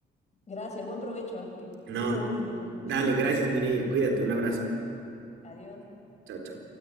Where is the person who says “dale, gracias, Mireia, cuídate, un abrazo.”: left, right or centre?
Right